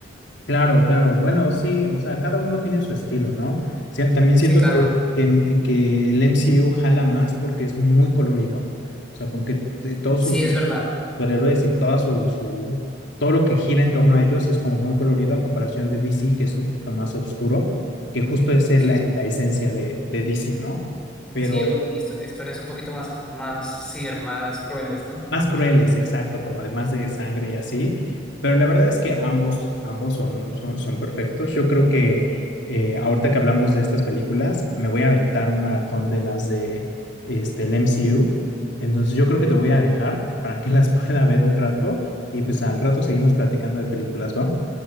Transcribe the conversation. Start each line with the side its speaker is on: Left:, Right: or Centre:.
Left: Claro, claro. Bueno, sí, o sea, cada uno tiene su estilo, ¿no? O sea, también siento
Centre: Sí, claro,
Left: que, que- que el MCU jala más porque es muy colorido. O sea, como que te- todos
Centre: sí,
Left: sus
Centre: es verdad.
Left: superhéroes y toda su, su, todo lo que gira en torno a ellos es como muy colorido a comparación de DC, que es un poquito más oscuro, que justo es la,
Centre: Sí,
Left: la esencia de, de DC, ¿no? Pero
Centre: Sí, un- histo- historias un poquito más, más, sí, más crueles, ¿no?
Left: Más crueles, exacto, como además de sangre y así. Pero la verdad es que ambos, ambos son, son, son perfectos. Yo creo que eh, ahorita que hablamos de estas películas, me voy a aventar un maratón de las de este, el MCU. Entonces yo creo que te voy a dejar para que las <laughs> pueda ver un rato y pues al rato seguimos platicando de películas, ¿va?